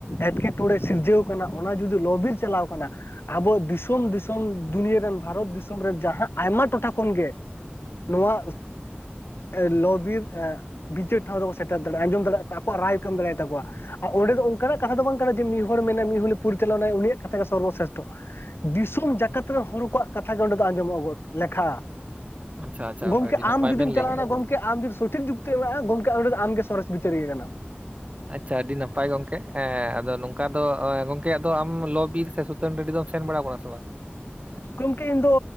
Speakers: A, on the left; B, on the right.
A: ᱮᱴᱠᱮ ᱴᱚᱲᱮ ᱥᱤᱨᱡᱟᱹᱣ ᱠᱟᱱᱟ, ᱚᱱᱟ ᱡᱩᱫᱤ ᱞᱚ-ᱵᱤᱨ ᱪᱟᱞᱟᱣ ᱠᱟᱱᱟ, ᱟᱵᱚ ᱫᱤᱥᱚᱢ ᱫᱤᱥᱚᱢ ᱫᱩᱱᱤᱭᱟᱹ ᱨᱮᱱ ᱵᱷᱟᱨᱚᱛ ᱫᱤᱥᱚᱢ ᱨᱮᱱ ᱡᱟᱦᱟᱸ ᱟᱭᱢᱟ ᱴᱚᱴᱷᱟ ᱠᱷᱚᱱᱜᱮ ᱱᱚᱣᱟ, ‌ᱮᱸ ᱞᱚ-ᱵᱤᱨ ᱮᱸ ᱵᱤᱪᱟᱹᱨ ᱴᱷᱟᱶ ᱨᱮᱠᱚ ᱥᱮᱴᱮᱨ ᱫᱟᱲᱮᱜ-ᱟ, ᱟᱸᱡᱚᱢ ᱫᱟᱲᱮᱜ-ᱟ ᱠᱚ, ᱟᱠᱚᱣᱟᱜ ᱨᱟᱭ ᱠᱚ ᱮᱢ ᱫᱟᱲᱮᱭ ᱛᱟᱠᱚᱣᱟ᱾ ᱟ ᱚᱸᱰᱮ ᱫᱚ ᱚᱝᱠᱟᱱᱟᱜ ᱠᱟᱛᱷᱟ ᱫᱚ ᱵᱟᱝ ᱠᱟᱱᱟ ᱡᱮ ᱢᱤᱫ ᱦᱚᱲ ᱢᱮᱱᱟᱭ, ᱢᱤᱫ ᱦᱚᱞᱮ ᱯᱚᱨᱤᱪᱟᱞᱚᱱᱟᱭ ᱩᱱᱤᱭᱟᱜ ᱠᱟᱛᱷᱟ ᱜᱮ ᱥᱚᱨᱵᱚ ᱥᱨᱮᱥᱴᱷᱚ᱾ ᱫᱤᱥᱚᱢ ᱡᱟᱠᱟᱛ ᱨᱮᱱ ᱦᱚᱲ ᱠᱚᱣᱟᱜ ᱠᱟᱛᱷᱟ ᱜᱮ ᱚᱸᱰᱮ ᱫᱚ ᱟᱸᱡᱚᱢᱚᱜᱼᱟ ᱜᱚᱴ ᱞᱮᱠᱷᱟᱜ-ᱟ᱾
B: ᱟᱪᱪᱷᱟ ᱟᱪᱪᱷᱟ
A: ᱜᱚᱝᱠᱮ
B: ᱟᱹᱰᱤ ᱱᱟᱯᱟᱭ
A: ᱟᱢ ᱡᱩᱫᱤᱢ
B: ᱵᱮᱱ ᱞᱟᱹᱭ
A: ᱪᱟᱞᱟᱣᱱᱟ
B: ᱠᱮᱜᱼᱟ
A: ᱜᱚᱝ ᱠᱮ ᱟᱢ ᱡᱩᱫᱤ ᱥᱚᱴᱷᱤᱠ ᱡᱩᱠᱛᱤ ᱮᱢᱚᱜᱼᱟ ᱜᱚᱝᱠᱮ ᱚᱸᱰᱮ ᱫᱚ ᱟᱢ ᱜᱮ ᱥᱚᱨᱮᱥ ᱵᱤᱪᱟᱹᱨᱤᱭᱟ. ᱠᱟᱱᱟᱢ᱾
B: ᱟᱪᱪᱷᱟ ᱟᱹᱰᱤ ᱱᱟᱯᱟᱭ ᱜᱚᱝᱠᱮ, ᱮᱸ ᱟᱫᱚ ᱱᱚᱝᱠᱟ ᱫᱚ <unintelligible> ᱜᱚᱝᱠᱮ ᱟᱫᱚ ᱟᱢ ᱞᱚ-ᱵᱤᱨ ᱥᱮ ᱥᱩ ᱛᱟᱹᱱ ᱴᱟᱺᱰᱤ ᱫᱚᱢ ᱥᱮᱱ ᱵᱟᱲᱟᱣ ᱠᱟᱱᱟ ᱥᱮ ᱵᱟᱝ?
A: ᱜᱚᱝᱠᱮ ᱤᱧ ᱫᱚ